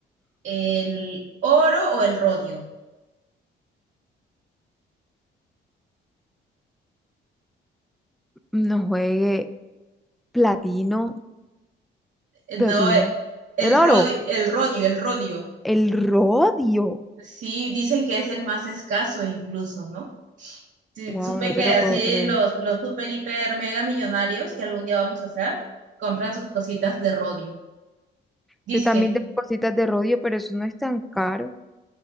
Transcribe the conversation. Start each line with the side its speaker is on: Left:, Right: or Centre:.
Right: el oro o el rodio?
Centre: No juegue. Platino.
Right: Eh,
Centre: Platino.
Right: No, eh, el
Centre: El oro.
Right: rodio, el rodio, el rodio.
Centre: El rodio.
Right: Sí, dicen que es el más escaso incluso, ¿no? sí,
Centre: Wow,
Right: supe
Centre: no
Right: que
Centre: te lo
Right: así
Centre: puedo creer.
Right: los, los super, hiper, mega millonarios que algún día vamos a hacer, compran sus cositas de rodio. Disque,
Centre: Yo también tengo cositas de rodio, pero eso no es tan caro.